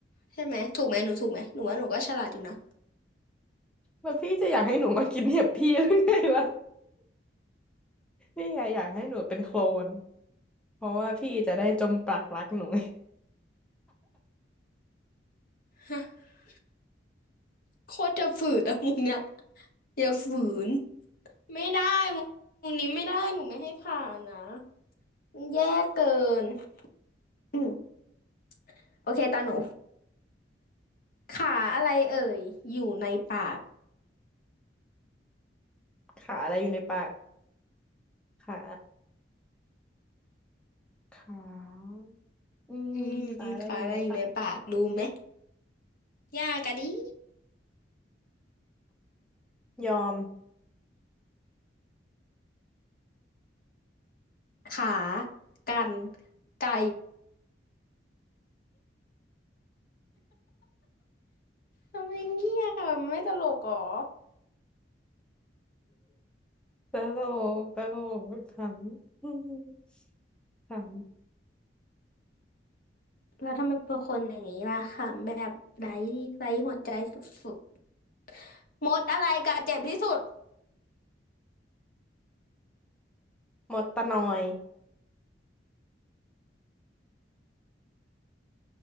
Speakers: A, on the left (about 50°); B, in the centre.
A: ใช่ไหมถูกไหมหนูถูกไหมหนูว่าหนูก็ฉลาดอยู่นะ
B: ว่าพี่จะอยากให้หนูมากินเห็บพี่หรือไงวะพี่อะอยากให้หนูเป็นโคลนเพราะว่าพี่จะได้จมปลักรักหนูไง
A: <laughs> โคตรจะฝืดอะมุกเนี้ย อย่าฝืน ไม่ได้วงวงนี้ไม่ได้หนูไม่ให้ผ่านนะมันแย่เกินอืมโอเคตาหนูขาอะไรเอ่ยอยู่ในปาก
B: ขาอะไรอยู่ในปากขาขาอืมขาอะไรอยู่ในปาก
A: อืมขาอะไรอยู่ในปากรู้ไหม ยากอะดิ
B: ยอม
A: ขา กันไก่ ทำไมเงียบอะไม่ตลกหรอ
B: ตลกตลกขำ <laughs> ขำ
A: แล้วทำไมเป็นคนอย่างนี้ล่ะค่ะแบบไร้ไร้หัวใจสุดๆมดอะไรกัดเจ็บที่สุด
B: หมดตะหน่อย